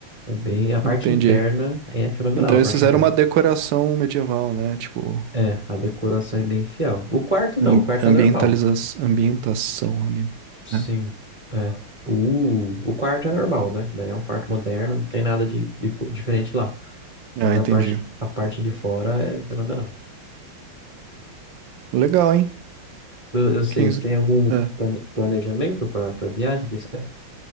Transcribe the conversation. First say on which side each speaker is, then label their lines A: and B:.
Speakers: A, on the right; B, on the right.
A: É bem... A parte
B: Entendi.
A: interna é fenomenal,
B: Então
A: a parte
B: esses eram
A: interna.
B: uma decoração medieval, né? Tipo,
A: É, a decoração é bem fiel. O quarto não,
B: am-
A: o quarto
B: ambientaliza
A: é normal.
B: ambientação. ambi-
A: Sim,
B: né?
A: é. O, o quarto é normal, né? Daí é um quarto moderno, não tem nada de, de co- diferente lá. Mas
B: Ah, entendi.
A: a parte, a parte de fora é fenomenal.
B: Legal, hein?
A: Eu, eu sei,
B: 15...
A: vocês têm algum
B: é.
A: plane- planejamento para para viagem desse ano?